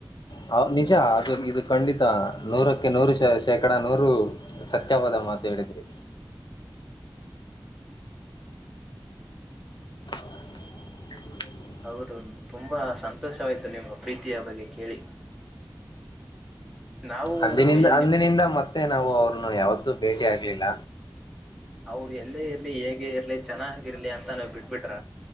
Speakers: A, on the left (about 65°); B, in the centre.
A: ಹೌ ನಿಜ ಅದು ಇದು ಖಂಡಿತ ನೂರಕ್ಕೆ ನೂರು ಶ ಶೇಕಡ ನೂರು. ಸತ್ಯವಾದ ಮಾತು ಹೇಳಿದ್ರಿ. <unintelligible>
B: ಹೌದು ತುಂಬಾ ಸಂತೋಷವಾಯ್ತು ನಿಮ್ಮ ಪ್ರೀತಿಯ ಬಗ್ಗೆ ಕೇಳಿ. ನಾವು
A: ಅಂದಿನಿಂದ ಅಂದಿನಿಂದ
B: ನಿಮ್
A: ಮತ್ತೆ ನಾವು ಅವ್ರನು ಯಾವತ್ತೂ ಭೇಟಿ ಆಗ್ಲಿಲ್ಲ.
B: ಅವ್ರು ಎಲ್ಲೇ ಇರಲಿ ಹೇಗೆ ಇರಲಿ ಚೆನ್ನಾಗಿರ್ಲಿ ಅಂತ ನೀವು ಬಿಟ್ಬಿಟ್ರ.